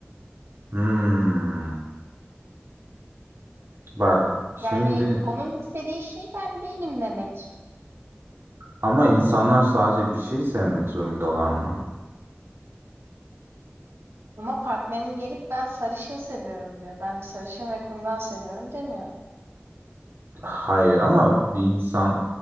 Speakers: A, on the right; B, on the right.
A: Hmm, bak şimdi
B: Yani onun istediği şey ben değilim demek.
A: ama insanlar sadece bir şey sevmek zorundalar mı?
B: Ama partnerim gelip ben sarışın seviyorum diyor. Ben sarışın ve kumral seviyorum demiyor.
A: Hayır ama bir insan